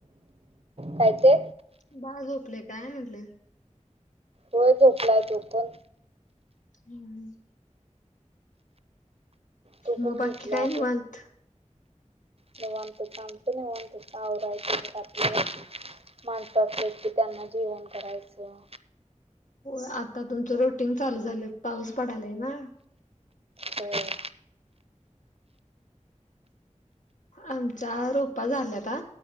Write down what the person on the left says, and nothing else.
बाळ झोपलय काय म्हंटल?
हम्म हम्.
मग
बाकी
काय
निवांत.
हो आता तुमचं रुटीन चालू झालं पाऊस पडालय ना.
आमचा रोपा झाल्याता.